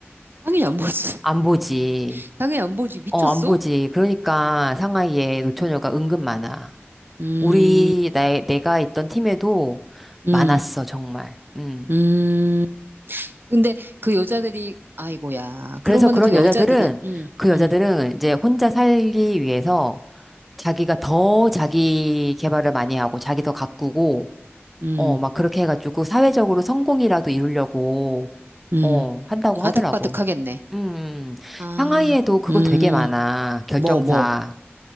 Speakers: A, on the right; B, in the centre.
A: 당연히 안 보지. <laughs>
B: 안 보지.
A: 당연히 안 보지. 미쳤어?
B: 어, 안 보지. 그러니까
A: 응.
B: 상하이에 노처녀가 은근 많아.
A: 음,
B: 우리, 나, 내가 있던 팀에도
A: 음,
B: 많았어, 정말. 음.
A: 음. 근데 그 여자들이, 아이고야.
B: 그래서
A: 그러면은
B: 그런
A: 그 여자들은,
B: 여자들은,
A: 음,
B: 그 여자들은
A: 음,
B: 이제 혼자 살기 위해서 자기가 더 자기 개발을 많이 하고 자기도 가꾸고
A: 음.
B: 어, 막 그렇게 해가지고 사회적으로 성공이라도 이루려고
A: 음,
B: 어, 한다고
A: 아득바득하겠네.
B: 하더라고. 음. 음.
A: 아,
B: 상하이에도 그거
A: 음,
B: 되게 많아. 결정사.
A: 뭐, 뭐.